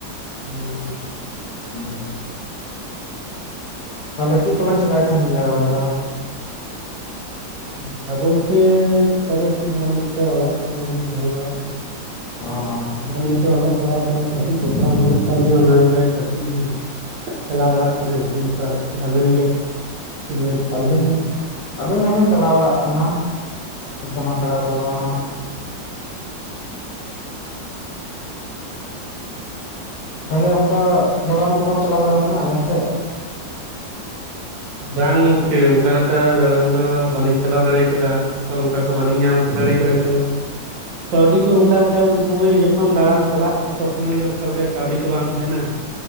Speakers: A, on the right; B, on the left.
A: <unintelligible>
B: <unintelligible> ᱛᱟᱦᱚᱸᱞᱮ ᱪᱮᱫ ᱠᱚᱵᱮᱱ ᱪᱮᱠᱟᱭ ᱛᱟᱦᱮᱸᱱ ᱜᱮᱭᱟ ᱟᱵᱮᱱ ᱫᱚ᱾
A: ᱚᱱᱠᱟ ᱵᱚᱞᱛᱮ ᱪᱤᱠᱟ ᱫᱚ ᱪᱮᱫ ᱦᱚᱸ ᱵᱟᱹᱞᱤᱧ ᱪᱤᱠᱟᱹᱭᱟ ᱚᱲᱟᱜ ᱠᱚᱨᱮ ᱜᱮᱞᱤᱧ ᱛᱟᱦᱮᱸ ᱵᱟᱲᱟᱜ ᱜᱮᱭᱟ᱾
B: ᱚᱻ᱾
A: ᱟᱫᱚ ᱱᱤᱛ ᱫᱚ ᱚᱞᱚᱜ ᱯᱟᱲᱦᱟᱜ ᱠᱚᱨᱮ ᱠᱟᱹᱴᱤᱡ ᱡᱚᱯᱲᱟᱣ ᱢᱮᱱᱟᱜ ᱟᱠᱟᱫ ᱞᱤᱧᱟᱹ ᱚ ᱜᱮ ᱠᱟᱹᱴᱤᱡ ᱞᱤᱧ ᱪᱟᱞᱟᱣ ᱵᱟᱲᱟᱜ ᱛᱟᱦᱮᱸᱱᱟ ᱤᱛᱩᱱ ᱟᱥᱲᱟ ᱠᱚ ᱥᱮ ᱟᱵᱤᱱ ᱜᱮ ᱪᱮᱫ ᱵᱮᱱ ᱪᱤᱠᱟᱹᱭ
B: ᱟᱹᱞᱤᱧ,
A: ᱜᱮᱭᱟ
B: ᱟᱹᱞᱤᱧ ᱦᱚᱞᱤᱧ ᱪᱟᱞᱟᱣ ᱵᱟᱲᱟᱜ ᱠᱟᱱᱟ, ᱤᱛᱩᱱ ᱟᱥᱲᱟ ᱠᱚᱫᱚ ᱦᱟᱸᱜ᱾ ᱛᱟᱦᱚᱸᱞᱮ ᱚᱱᱠᱟ ᱫᱟᱲᱟᱱ ᱠᱚ ᱵᱟᱢ ᱪᱟᱞᱟᱣ ᱵᱟᱲᱟ ᱟᱠᱟᱱᱟ ᱡᱟᱦᱟᱸ ᱥᱮᱫ᱾
A: ᱵᱟᱝ ᱜᱚᱝᱠᱮ ᱚᱱᱠᱟ ᱞᱮᱠᱟ ᱫᱟᱬᱟᱱ ᱫᱚ ᱵᱟᱹᱞᱤᱧ ᱪᱟᱞᱟᱣ ᱫᱟᱲᱮ ᱟᱠᱟᱫᱟ, ᱛᱚ ᱚᱱᱠᱟ ᱠᱚ ᱵᱟᱹᱞᱤᱧ ᱧᱟᱢ ᱫᱟᱲᱮ ᱠᱮᱫᱟ ᱟᱠᱟ ᱨᱮ ᱵᱚᱱ ᱠᱟᱹᱣᱰᱤ ᱠᱚ ᱚᱱᱠᱟ ᱞᱮᱠᱟ ᱩᱱ ᱥᱩᱢᱟᱹᱭ ᱜᱮ ᱡᱚᱠᱷᱚᱱ ᱫᱟᱬᱟᱱ ᱪᱟᱞᱟᱜ ᱚᱠᱛᱚ ᱥᱩᱢᱟᱹᱭ ᱜᱮ ᱚᱱᱠᱟ ᱞᱮᱠᱟ ᱠᱟᱹᱣᱰᱤ ᱠᱚ ᱵᱟᱝ ᱛᱟᱦᱮᱸᱱᱟ᱾